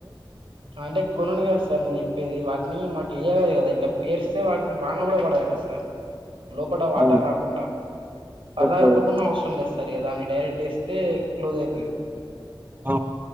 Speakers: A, on the right (about 85°); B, on the right (about 20°).
A: అంటే కొనుడుగా సర్ నేను చెప్పేది వాటిని మట్ తీయలేదు కదా ఇట్లా పేరుస్తే వాటికి వాన కూడా పడదటా సార్ లోపడ వాటర్
B: అవునా
A: రాకుండా పరదా
B: ఓకే
A: కప్పకుండా
B: ఓకే
A: అవసరం లేద్ సర్ ఇగ దాన్ని డైరెక్ట్ వేస్తే క్లోజ్ అయితది
B: అ